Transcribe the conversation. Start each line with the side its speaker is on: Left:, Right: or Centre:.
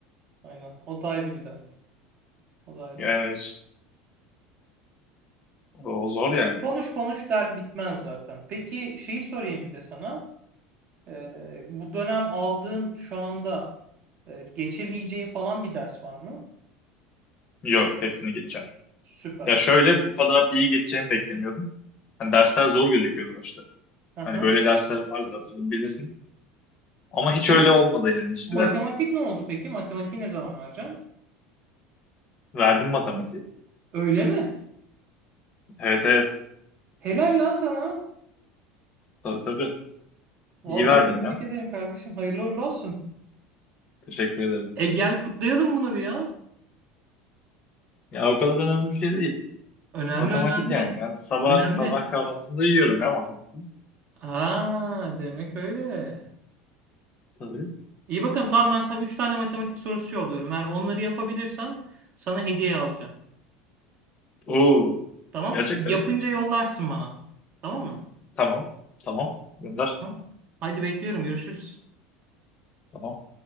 Right: Aynen. O da ayrı bir dert. O da ayrı.
Left: Yani hiç- o o zor yani.
Right: Konuş konuş dert bitmez zaten. Peki şeyi sorayım bir de sana. E, bu dönem aldığın şu anda e, geçemeyeceğin falan bir ders var mı?
Left: Yok hepsini geçeceğim.
Right: Süper.
Left: Ya şöyle bu kadar iyi geçeceğimi beklemiyordum. Hani dersler zor gözüküyordu başta.
Right: Aha.
Left: Hani böyle dersler vardır hatırlıyorum bilirsin. Ama hiç öyle
Right: Ne?
Left: olmadı yani hiçbir
Right: Matematik
Left: ders.
Right: ne oldu peki? Matematiği ne zaman vereceksin?
Left: Verdim matematiği.
Right: Öyle mi?
Left: Evet evet.
Right: Helal lan sana.
Left: Tabii tabii.
Right: Vallahi
Left: İyi verdim
Right: tebrik
Left: ya.
Right: ederim kardeşim. Hayırlı uğurlu olsun.
Left: Teşekkür ederim.
Right: E gel kutlayalım bunu bir ya.
Left: Ya o kadar önemli bir şey değil.
Right: Önemli
Left: Matematik
Right: önemli.
Left: yani. Ben sabah
Right: Önemli.
Left: sabah kahvaltımda yiyorum ya matematiği.
Right: Aa demek öyle.
Left: Tabii.
Right: İyi bakalım tamam ben sana 3 tane matematik sorusu yolluyorum. Eğer onları yapabilirsem sana hediye alacağım.
Left: Oo,
Right: Tamam?
Left: gerçekten.
Right: Yapınca yollarsın bana. Tamam mı?
Left: Tamam. Tamam. Gönder.
Right: Tamam. Haydi bekliyorum. Görüşürüz.
Left: Tamam.